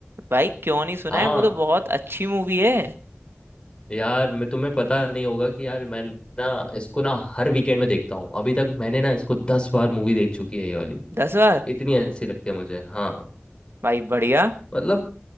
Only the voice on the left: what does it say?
हाँ
यार मैं तुम्हें पता नहीं होगा कि यार मैं ना इसको ना हर वीकेंड में देखता हूँ अभी तक मैंने ना इसको दस बार मूवी देख चुकी है ये वाली
इतनी अच्छी लगती है मुझे हाँ
मतलब